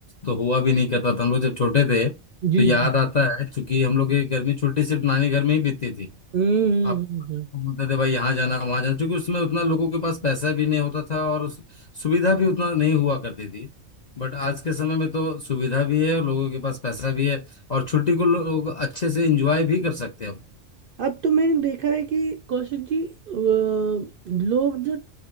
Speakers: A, on the left; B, on the right.
A: तो हुआ भी नहीं करता था हम लोग जब छोटे थे तो
B: जी
A: याद
B: जी
A: आता है चूंकि हम लोग की गर्मी छुट्टी सिर्फ नानी घर में ही बीतती थी
B: हम्म हम्म,
A: अब
B: हम्म, हम्म।
A: बोलते थे भाई यहाँ जाना वहां जाना क्योंकि उसमें उतना लोगों के पास पैसा भी नहीं होता था और उस- सुविधा भी उतना नहीं हुआ करती थी बट आज के समय में तो सुविधा भी है और लोगों के पास पैसा भी है और छुट्टी को लोग अच्छे से एंजॉय भी कर सकते हैं
B: अब तो मैंने देखा है कि कौशिक जी अ, लोग जो